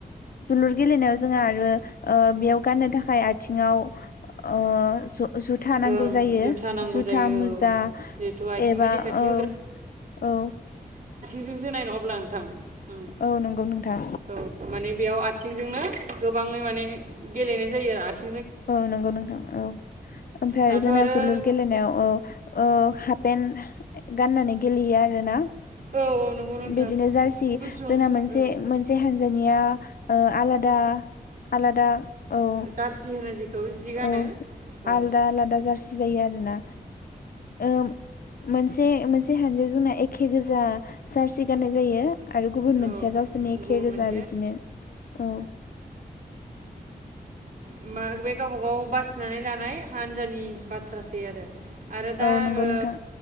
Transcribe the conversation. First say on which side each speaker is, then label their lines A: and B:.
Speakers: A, on the left; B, on the right.
A: जोलुर गेलेनायाव जोंहा आरो ओ बेयाव गाननो थाखाय आ थिङाव ओ ज-जुथा नांगौ
B: ओं
A: जायो
B: जुथा नांगौ
A: जुथा
B: जायो
A: मुजा
B: औ जिहेथु आथिंनि
A: एबा
B: रैखाथि
A: औ औ
B: जोनायनो अब्ला नोंथां उम
A: औ नंगौ नोंथां
B: औ माने बेयाव आथिंजोंनो गोबाङै माने गेलेनाय जायो आरो आथिं
A: औ नंगौ नोंथां औ ओमफ्राय
B: दाथ'
A: जोंना
B: आरो
A: जोलुर गेलेनायाव औ ओ हाबपेेन गाननानै गेलेयो आरो ना
B: औ औ नंगौ नोंथां
A: बिदिनो जार्सि
B: गुसुं
A: जोंना मोनसे
B: औ
A: मोनसे हानजानिया ओ आलादा आलादा ओ
B: जार्सि होनो जेखौ जि गानो
A: औस आलदा
B: औ
A: आलादा जार्सि जायो आरो ना ओ मोनसे मोनसे हानजाजोंना एखे गोजा जार्सि गाननाय जायो आरो गुबुन
B: औ
A: मोनसेया गावसोरनि एखे
B: गुबुन
A: गोजा
B: मोनसे
A: बिदिनो औ
B: होमबा बे गावबागाव बासिनानै लानाय हान्जानि बाथ्रासै आरो आरो दा
A: औ नंगौ
B: ओ
A: नोंथां